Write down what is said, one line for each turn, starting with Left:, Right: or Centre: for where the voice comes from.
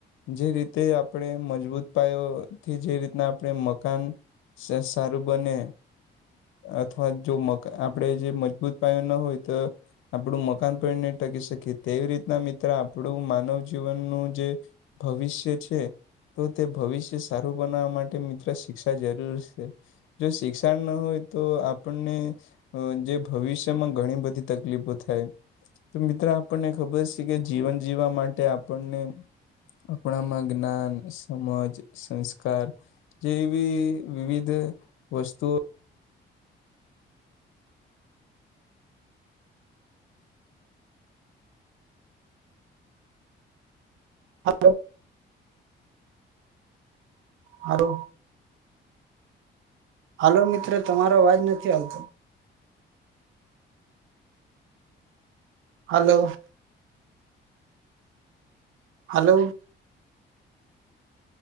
Left: જે રીતે આપણે મજબૂત પાયોથી જે રીતના આપણે મકાન. સારું બને. અથવા જો મ આપણેે જે મજબૂત પાયો ના હોય તો. આપડું મકાન પણ નહીં ટકી શકીએ તેવી રીતે. ના મિત્ર આપણું માનવ જીવનનું જે ભવિષ્ય છે. તો તે ભવિષ્ય સારું બનાવવા માટે મિત્ર શિક્ષા જરૂર છે. જો શિક્ષણ ના હોય તો આપણને. જે ભવિષ્યમાં ઘણી બધી તકલીફો થાય તો મિત્ર આપણને ખબર છે. કે જીવન જીવવા માટે આપણને. આપણામાં જ્ઞાન સમજ સંસ્કાર. જે બી વિવિધ વસ્તુઓ.
Right: હલો. હાર <inaudible> હાલો મિત્ર તમારો અવાજ નથી આવતો <inaudible> હલો <inaudible> હલોો